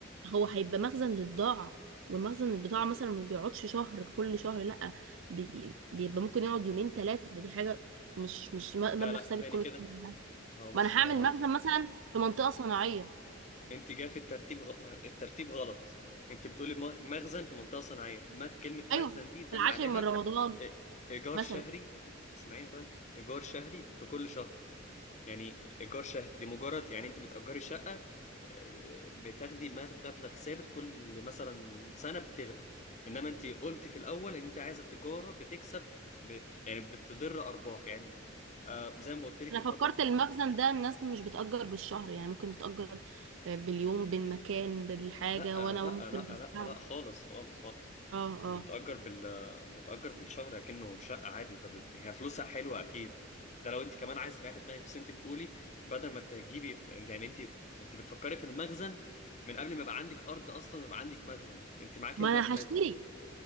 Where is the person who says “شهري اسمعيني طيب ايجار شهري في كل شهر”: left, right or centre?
Left